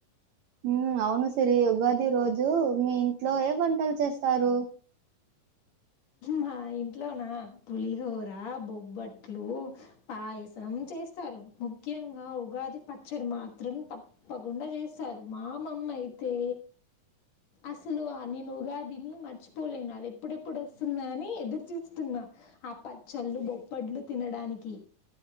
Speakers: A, on the right; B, on the left.
A: ఉ అవును సిరి ఉగాది రోజు మీ ఇంట్లో ఏ వంటలు చేస్తారు
B: మా ఇంట్లోనా పులిహోర బొబ్బట్లు పాయసం చేస్తారు ముఖ్యంగా ఉగాది పచ్చడి మాత్రం తప్పకుండా చేస్తారు మా అమమ్మ అయితే అసలు నేను ఉగాదిని మర్చిపోలేను అది ఎప్పుడప్ప్ ఎప్పుడొస్తుంద అని ఎదురు చూస్తున్నా ఆ పచ్చళ్ళు బొప్పట్లు తినడానికి